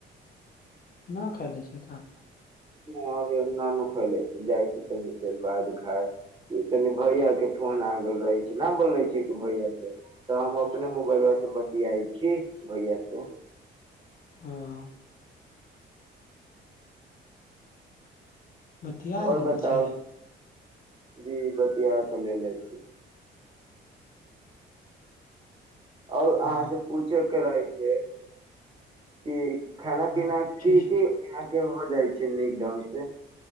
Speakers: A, on the left; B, on the right.
A: ना खाइले छी।
B: ना- ना खाइले छी जाइ छी तने देर बाद खाय कनि भैया के फोन आगल रहै छैय न बोल रहे छैैय कि भैया के तऽ हम अपने मोबाइलवा से बतियाइ छी भैया से।
A: हाँ। बतिया
B: आओर
A: लेले
B: बताउ
A: छै
B: जी बतिया तऽ लेने छी। आओर अहाँ
A: ओ
B: से पूछे के रहै छैय। की खाना
A: हँ
B: पीना
A: पूछै
B: की
A: छै
B: की के हो जाइ छैय नीक ढंग से